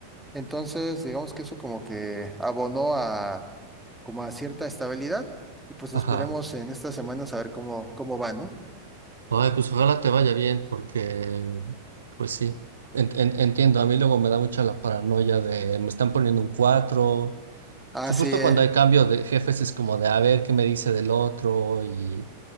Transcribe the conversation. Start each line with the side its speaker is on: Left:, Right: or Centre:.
Centre: Entonces, digamos que eso como que abonó a como a cierta estabilidad y pues esperemos
Right: ajá.
Centre: en estas semanas a ver cómo, cómo va, ¿no?
Right: Ay, pues ojalá te vaya bien, porque, pues sí, En- en- entiendo, a mí luego me da mucha la paranoia de, me están poniendo un cuatro
Centre: Ah,
Right: Su-
Centre: sí,
Right: Justo
Centre: eh,
Right: cuando hay cambio de jefes es como de a ver qué me dice del otro y